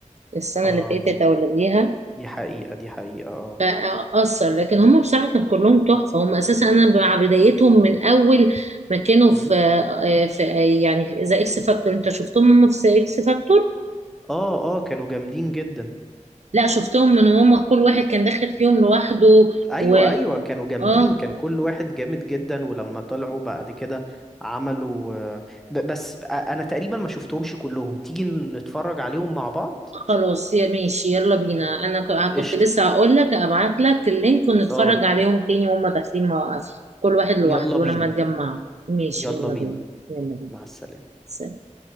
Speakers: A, on the right (about 60°); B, in the centre.
A: السنة
B: اه
A: اللي فاتت او اللي قبليها
B: دي حقيقة دي حقيقة اه
A: فأثر لكن هم بصراحة كانوا كلهم تحفة هم اساسا انا مع بدايتهم من اول ما كانوا
B: امم
A: في آه، في آه، يعني في ذا اكس فاكتور انت شفتهم هم في ذا اكس فاكتور
B: اه اه كانوا جامدين جدا
A: لا شفتهم من هم كل واحد كان داخل فيهم لوحده
B: ايوه
A: و
B: ايوه كانوا جامدين
A: اه
B: كان كل واحد جامد جدا ولما طلعوا بعد كده عملوا آه، ب- بس آه، انا تقريبا ما شفتهمش كلهم تيجي نتفرج عليهم مع بعض
A: خلاص يا ماشي يلا بينا انا ك- كنت
B: قشطة
A: لسه هقول لك ابعت لك اللينك ونتفرج
B: اه
A: عليهم تاني وهم داخلين مواقف كل واحد لوحده
B: يلا
A: ولما
B: بينا
A: اتجمعوا ماشي
B: يلا
A: يلا
B: بينا
A: بينا يلا بينا
B: مع السلامة
A: سلام.